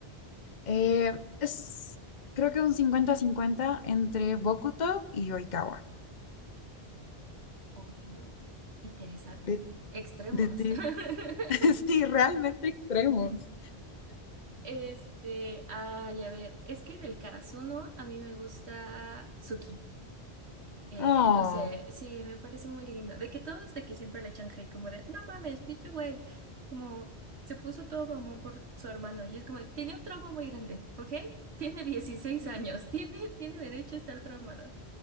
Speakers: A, on the left (about 45°); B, on the right (about 85°).
A: Eh, es, creo que un cincuenta-cincuenta entre Bokuto y Oikawa.
B: Ok, Interesante.
A: De,
B: Extremos.
A: de ti.
B: <laughs>
A: <laughs> Sí, realmente extremos.
B: Este, ay, a ver, es que del Karasuno a mí me gusta Suki. Eh,
A: Oh,
B: no sé, sí, me parece muy linda. De que todos, de que siempre le echan hate, como de, no mames, pinche güey. Como se puso todo mamón por su hermano y es como, tiene un trauma muy grande, ¿ok? Tiene 16 años, <laughs> tiene, tiene derecho a estar traumado.